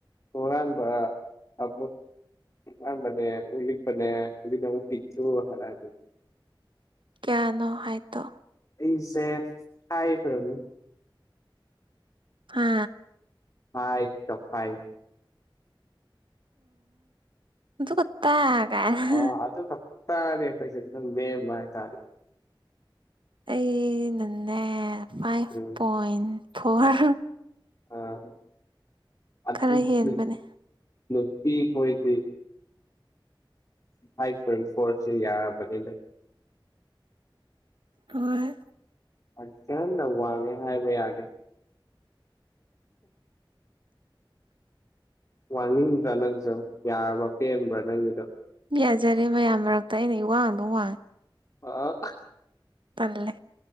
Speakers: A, on the left; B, on the right.
A: ꯃꯔꯥꯟꯕꯥꯟꯕ ꯑ ꯍꯥ ꯃꯅꯦ ꯎꯂꯤꯄꯅꯦ ꯍꯧꯖꯤ ꯄꯤꯆꯨ ꯍꯥꯔꯒ
B: ꯀꯤꯌꯥꯅꯣ ꯍꯥꯏ ꯇꯣ
A: ꯑꯩꯁꯦ ꯍꯥꯏꯈ꯭ꯔꯝꯅꯤ
B: ꯍꯥ
A: <unintelligible> ꯄ꯭ꯔꯣꯐꯥꯏꯜ
B: ꯑꯗꯨꯒꯥ ꯇꯥ ꯒꯥꯏꯅ ꯍꯥꯍꯥꯍꯥ
A: ꯑ ꯑꯗꯨ ꯈꯛ <unintelligible>
B: ꯑꯩꯅꯅꯦ ꯐꯥꯏꯚ
A: ꯎꯝ
B: ꯄꯣꯏꯟ ꯐꯣꯔ
A: ꯑꯥ ꯑꯗꯨꯗꯤ
B: ꯈꯔ ꯍꯦꯟꯕꯅꯦ
A: ꯅꯨꯄꯤ ꯀ‌ꯣꯏꯗ‌ꯦ ꯐꯥꯏꯚ ꯄꯣꯏꯟ ꯐꯣꯔ‍ꯦ ꯁ‌ꯦ ꯌꯥꫪꯕꯅ‌ꯦꯗ ꯫
B: ꯍꯣꯏ
A: <unintelligible> ꯋꯥꯡꯉꯦ ꯍꯥꯏꯕ ꯌꯥꯗ‌ꯦ ꯋꯥꯡꯅꯤꯡꯗ꯭ꯔꯥ ꯅꯪꯁꯨ, ꯌꯥꯔꯕ ꯄꯦꯟꯕ꯭ꯔꯥ ꯅꯪꯒꯤꯗꯣ?
B: ꯌꯥꯖꯔꯦ ꯃꯌꯥꯝ ꯃꯔꯛꯇ ꯑꯩꯅ ꯏꯋꯥꯡ ꯑꯗꯨꯝ ꯋꯥꯡꯉꯦ
A: ꯑꯥ
B: ꯇꯜꯂꯦ